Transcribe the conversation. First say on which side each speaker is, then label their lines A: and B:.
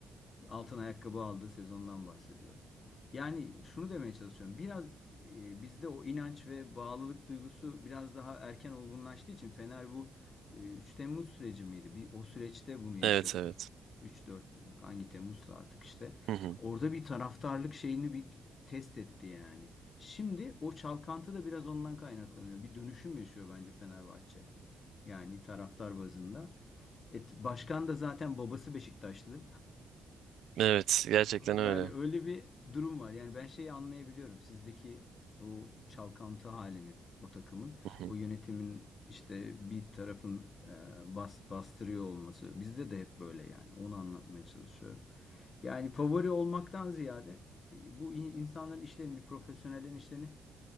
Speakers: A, on the left; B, on the right.
A: altın ayakkabı aldığı sezondan bahsediyorum. Yani şunu demeye çalışıyorum. Biraz e, bizde o inanç ve bağlılık duygusu biraz daha erken olgunlaştığı için Fener bu e, 3 Temmuz süreci miydi? Bir, o süreçte bunu yaşadı.
B: Evet evet.
A: Üç dört hangi Temmuz'sa artık işte.
B: Hı hı.
A: Orada bir taraftarlık şeyini bir test etti yani. Şimdi o çalkantı da biraz ondan kaynaklanıyor. Bir dönüşüm yaşıyor bence Fenerbahçe. Yani taraftar bazında. Et, başkan da zaten babası Beşiktaşlı.
B: Evet gerçekten
A: <laughs> yani
B: öyle. Hı
A: öyle bir durum var. Yani ben şeyi anlayabiliyorum. Sizdeki o çalkantı halini o takımın,
B: hı.
A: o yönetimin işte bir tarafın e, bas, bastırıyor olması. Bizde de hep böyle yani. Onu anlatmaya çalışıyorum. Yani favori olmaktan ziyade e, bu insanların işlerini, profesyonellerin işlerini